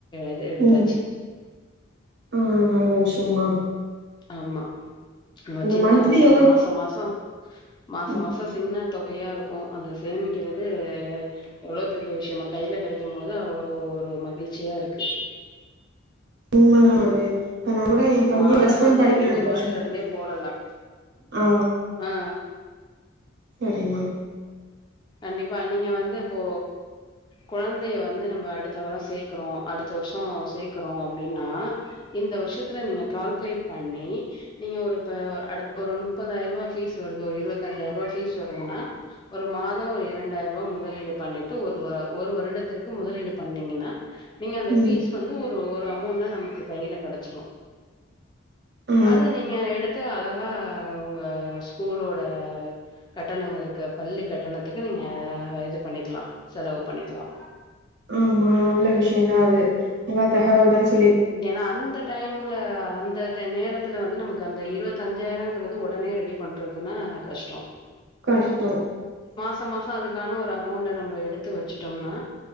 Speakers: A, on the left (about 20°); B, on the right (about 55°).
A: இது எடுத்தாச்சு
B: ம் ஆ நல்ல விஷயம்மா
A: ஆமா நம்ம சின்ன
B: மந்த்லி எவ்ளோ
A: மாச மாசோ ஆ மாச
B: ம்
A: மாசோ சின்ன தொகையா இருக்கு அத சேமிக்கிறது எவ்ளோ பெரிய விஷயம்மா கைல கெடைக்கும் போது அவ்ளோ ஒரு மகிழ்ச்சியா இருக்கு.
B: உண்மதா அது இப்ப நா கூட ஏன் பையன்
A: மாதம்
B: ப்ளஸ் ஒன்
A: வந்து
B: படிக்கிறா
A: ஐநூறு
B: இந்த
A: ரூவாயில
B: வர்ஷோ
A: இருந்தே போடலா
B: ஆ
A: ஆ
B: சரிம்மா
A: கண்டிப்பா நீங்க வந்து இப்போ கொழந்தைய வந்து நம்ப அடுத்த வாரம் சேக்கறோ அடுத்த வருஷம் சேக்கறோ அப்டின்னா இந்த வருஷத்துல நீங்க கால்கலேட் பண்ணி நீங்க ஒரு இப்ப ஒ அடுத் ஒரு முப்பதாயிர ரூபா பீஸ் வருது ஒரு இருவத்தஞ்சாயிர ரூபா பீஸ் வருதுன்னா ஒரு மா ஒரு இரண்டாயிர ரூபா முதலீடு பண்ணிட்டு ஒரு வ ஒரு வருடத்திற்கு முதலீடு பண்ணீங்கன்னா நீங்க அந்த
B: ம்
A: பீஸ் வந்து ஒ ரு ஒரு அம்மௌண்ட்டா நமக்கு கையல கெடைச்சிடும்
B: ஆ
A: அது நீங்க எடுத்த அலக் ஆ உங்க ஸ்கூலோட கட்டணங்களுக்கு பள்ளி கட்டணத் துக்கு நீங்க இது பண்ணிக்கலா செலவு பண்ணிக்கலா
B: ஆம்மா நல்ல விஷ் என்னாது நல்லா தகவல் தா ஸ்
A: ஏனா அந்த டைம்ல அந்த ந்த நேரத்துல வந்து நமக்கு அந்த இருவத்தஞ்சாயிரங்கறது உடனே ரெடி பண்றதுன்னா கஷ்டம்
B: கஷ்டோ
A: மாச மாசம் அதுக்கான ஒரு அமௌண்ட்ட நம்ப எடுத்து வச்சுட்டோம்னா